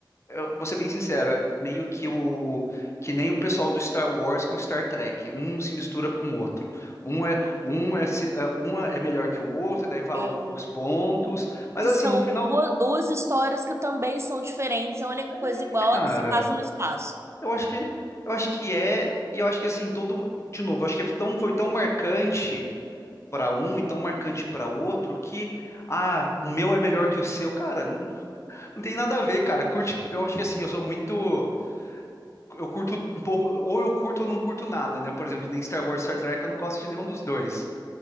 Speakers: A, on the left (about 35°); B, on the right (about 35°).
A: eu vou ser bem sincero, é meio que o que nem o pessoal do Star Wars com Star Trek. Um se mistura com o outro. Um é um é, se- é, um é melhor que o outro, daí fala
B: É,
A: os pontos. Mas
B: que
A: assim,
B: são
A: no final,
B: duas, duas histórias que também são diferentes, a única coisa
A: é,
B: igual
A: cara,
B: é que se passa no espaço.
A: eu acho que eu acho que é e eu acho que assim todo, de novo, eu acho que é tão, foi tão marcante para um e tão marcante para outro que ah, o meu é melhor que o seu, cara. Não não tem nada a ver, cara. Curte, que- eu acho que assim, eu sou muito. eu curto um pouco, ou eu curto ou não curto nada, né? Por exemplo, que nem Star Wars, Star Trek, eu não gosto de nenhum dos dois.